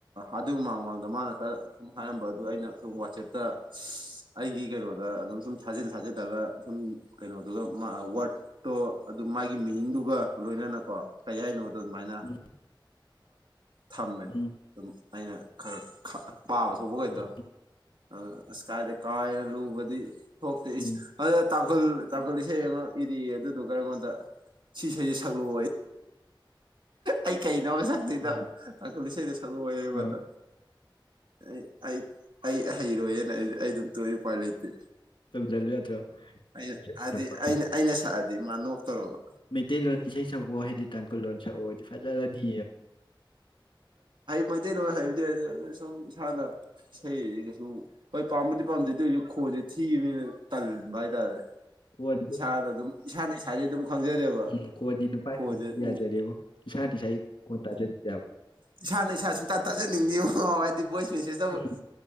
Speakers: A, on the right; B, on the left.
A: ꯑꯗꯨ ꯃꯥꯡꯃꯥꯡ ꯑꯗꯣ ꯃꯥꯅ ꯈꯔ ꯁꯨꯝ ꯍꯥꯏꯔꯝꯕ ꯑꯗꯨ ꯑꯩꯅ ꯁꯝ ꯋꯥꯆꯦꯞꯇ ꯑꯩꯒꯤ ꯀꯩꯅꯣꯗ ꯑꯗꯨꯝ ꯁꯨꯝ ꯊꯥꯖꯤꯜ ꯊꯥꯖꯤꯜꯂꯒ ꯁꯨꯝ ꯀꯩꯅꯣꯗꯨꯒ ꯋꯥꯔꯠꯇꯣ ꯑꯗꯨ ꯃꯥꯒꯤ ꯃꯤꯅꯤꯡꯗꯨꯒ ꯂꯣꯏꯅꯅ ꯀꯣ ꯀꯔꯤ ꯍꯥꯏꯅꯣ ꯑꯗꯨꯃꯥꯏꯅ
B: ꯎꯝ
A: ꯊꯝꯃꯦ
B: ꯎꯝ
A: ꯑꯗꯨꯝ ꯑꯩꯅ ꯈꯔ ꯄꯥꯕ ꯊꯣꯛꯄꯈꯩꯗꯣ
B: ꯎꯝ ꯎꯝ
A: ꯑꯗꯨꯅ ꯑꯁ ꯀꯥꯏꯗ ꯀꯥꯏꯅ ꯂꯨꯕꯗꯤ ꯊꯣꯛꯇꯦ
B: ꯎꯝ
A: ꯑꯗꯨ ꯇꯥꯡꯈꯨꯜ ꯇꯥꯡꯈꯨꯜ ꯏꯁꯩ ꯑꯃ ꯏꯔꯤꯑ ꯑꯗꯨꯗꯨꯒ ꯑꯩꯉꯣꯟꯗ ꯁꯤꯁꯁꯤ ꯈꯜꯂꯨ ꯑꯩ ꯀꯩ ꯅ ꯁꯛꯇꯗ
B: ꯎꯝ
A: ꯇꯈꯂꯤ ꯏꯁꯩꯗ ꯁꯂꯨ ꯑꯣꯏꯕꯗ
B: ꯑꯥ
A: ꯑꯩ ꯑꯩ ꯑꯩ ꯍꯩꯔꯣꯏꯅ ꯑꯩ ꯑꯩ ꯑꯗꯨꯝ ꯇꯣꯛꯏ ꯎꯄꯥꯏ ꯂꯩꯇꯦ
B: ꯇꯝꯖꯜꯂꯨ ꯌꯥꯗ꯭ꯔ‌ꯣ
A: ꯑꯩꯅ
B: ꯏꯁꯩ
A: ꯍꯥꯏꯗꯤ
B: ꯁꯛꯄ
A: ꯑꯩꯅ ꯑꯩꯅ ꯁꯛꯑꯗꯤ ꯃꯥ ꯅꯣꯛꯇꯧꯔꯕ
B: ꯃꯩꯇꯩꯂꯣꯟ ꯏꯁꯩ ꯁꯛꯄꯣ ꯍꯥꯏꯗꯤ ꯇꯥꯡꯈꯨꯜ ꯂꯣ ꯁꯛꯎꯗꯤ ꯐꯖꯔꯅꯤ
A: ꯃꯩꯇꯩꯂꯣꯟꯣꯏ ꯍꯩꯕꯗꯤ ꯁꯨꯝ ꯏꯁꯥꯅ ꯏꯁꯩꯗꯤ ꯀꯩꯁꯨ ꯄꯥꯝꯝꯕꯗꯤ ꯄꯥꯝꯗꯗ ꯍꯧꯖꯤꯛ ꯈꯣꯟꯁꯦ ꯊꯤꯕꯅꯤꯅ ꯇꯟꯕ ꯍꯥꯏꯇꯥꯔꯦ
B: ꯈꯣꯟꯗꯣ
A: ꯏꯁꯥꯅ ꯑꯗꯨꯝ ꯏꯁꯥꯅ ꯏꯁꯥꯁꯦ ꯑꯗꯨꯝ ꯈꯪꯖꯔꯦꯕ
B: ꯎꯝ ꯀꯣꯟꯗꯤ ꯅꯨꯄꯥꯗꯤ
A: ꯈꯣꯟꯁꯦ
B: ꯌꯥꯖꯔꯦꯕꯣ
A: ꯎ
B: ꯏꯁꯥꯅ ꯏꯁꯥ ꯀꯣꯟ ꯇꯥꯖꯗꯦꯕ
A: ꯏꯁꯥꯅ ꯏꯁꯥꯁꯨꯨꯡꯇ ꯇꯥꯖꯅꯤꯡꯉꯤ ꯍꯥꯏꯗꯤ ꯚꯣꯏꯁ ꯃꯦꯁꯦꯁꯇꯕꯨ
B: ꯎꯝ